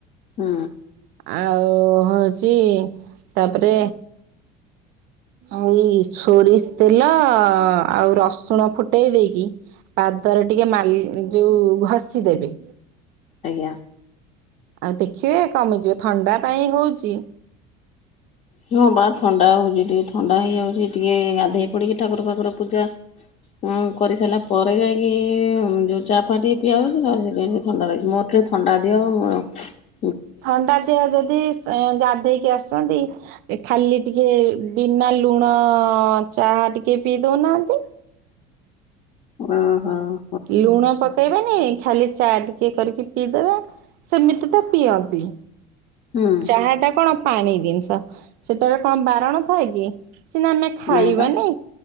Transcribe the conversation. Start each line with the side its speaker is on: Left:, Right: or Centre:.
Left: ହୁଁ।
Right: ଆଉ ହଉଛି ତାପରେ ଏଇ ସୋରିଷ ତେଲ ଆଉ ରସୁଣ ଫୁଟେଇ ଦେଇକି, ପାଦରେ ଟିକେ ମାଲି ଯୋଉ ଘଷି ଦେବେ।
Left: ଆଜ୍ଞା
Right: ଆଉ ଦେଖିବେ କମିଯିବ ଥଣ୍ଡା ପାଇଁ ହଉଛି।
Left: ହଁ ବା ଥଣ୍ଡା ହଉଛି ଟିକେ ଥଣ୍ଡା ହେଇଯାଉଛି ଟିକେ ଗାଧୋଇ ପଡିକି ଠାକୁର ପାଖୁର ପୂଜା ହଁ କରିସାରିଲା ପରେ ଯାଇକି ଯୋଉ ଚା ଫା ଟିକ ପିଆହଉଚି ତାପରେ ସେମିତି ଥଣ୍ଡା ରହିବ ଥଣ୍ଡା ଦିହ ଆଉ।
Right: ଥଣ୍ଡା ଦେହ ଯଦି ଗାଧେଇକି ଆସୁଛନ୍ତି ଖାଲି ଟିକେ ବିନା ଲୁଣ ଚାହା ଟିକେ ପିଇ ଦଉନାହାନ୍ତି।
Left: ଅ ହଁ।
Right: ଲୁଣ ପକେଇବେନି ଖାଲି ଚା ଟିକେ କରିକି ପିଇଦବେ। ସେମିତି ତ ପିଅନ୍ତି
Left: ହୁଁ
Right: ଚାହା ଟା କଣ ପାଣି ଜିନିଷ ସେଟାରେ କଣ ବାରଣ ଥାଏ କି ସିନା ଆମେ ଖାଇବାନି।
Left: ନାଇଁ ବା